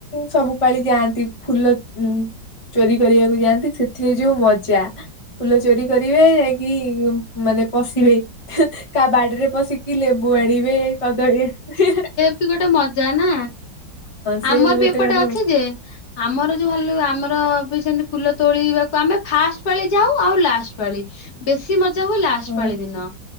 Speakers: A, on the left (about 35°); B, on the left (about 60°).
A: ସବୁ ପାଳି ଯାଆନ୍ତି ଫୁଲ ଉମ୍ ଚୋରି କରିବାକୁ ଯାଆନ୍ତି, ସେଥିରେ ଯୋଉ ମଜା, ଫୁଲ ଚୋରି କରିବେ ଯାଇକି ମାନେ ପଶିବେ କା ବାଡିରେ ପଶିକି ଲେମ୍ ବୁଆଡିବେ କଦଳୀ ହିଁ ହିଁ।
B: ସେ ବି ଗୋଟେ ମଜା ନା,
A: ସିଏ
B: ଆମର ବି
A: ଗୋଟେ
B: ଏପଟେ
A: ମାନେ
B: ଅଛି ଯେ ଆମର ଯୋଉ ଭାଲୁ ଆମର ବି ସେମିତି ଫୁଲ ତୋଳିବାକୁ ଆମେ ଫାଷ୍ଟ ପାଳି ଯାଉ ଆଉ ଲାଷ୍ଟ ପାଳି । ବେଶି ମ ମଜା ହୁଏ ଲାଷ୍ଟ
A: ହଁ
B: ପାଳି ଦିନ।